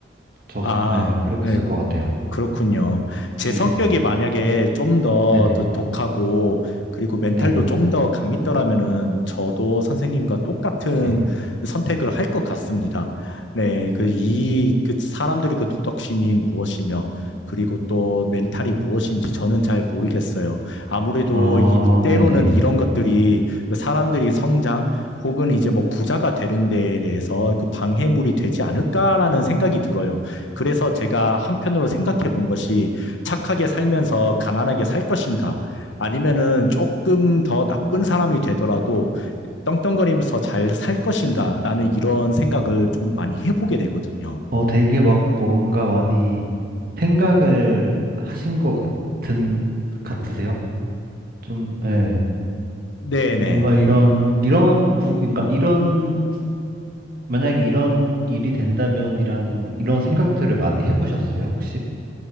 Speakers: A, on the right (about 50°); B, on the left (about 85°).
A: 저,
B: 아,
A: 네, 그렇게
B: 네.
A: 쓸 것 같아요.
B: 그렇군요. 제
A: 네,
B: 성격이 만약에 좀 더
A: 네네.
B: 독하고 그리고 멘탈도
A: 네,
B: 좀 더 강했더라면은 저도 선생님과 똑같은
A: 네.
B: 선택을 할 것 같습니다. 네, 그 이 그 사람들이 그 도덕심이 무엇이며 그리고 또 멘탈이 무엇인지 저는 잘 모르겠어요. 아무래도
A: 아,
B: 이, 때로는
A: 네네.
B: 이런 것들이 사람들이 성장 혹은 이제 뭐 부자가 되는 데에 대해서 그 방해물이 되지 않을까라는 생각이 들어요. 그래서 제가 한편으로 생각해 본 것이 착하게 살면서 가난하게 살 것인가? 아니면은 조금 더 나쁜 사람이 되더라도 떵떵거리면서 잘 살 것인가? 라는 이런 생각을 좀 많이 해보게 되거든요.
A: 어, 되게 막 뭔가 많이 생각을 하신 것 같은, 같으세요? 좀, 예.
B: 네네.
A: 뭔가 이런, 이런 부, 그러니까 이런, 만약에 이런 일이 된다면이라는 막 이런 생각들을 많이 해보셨어요, 혹시?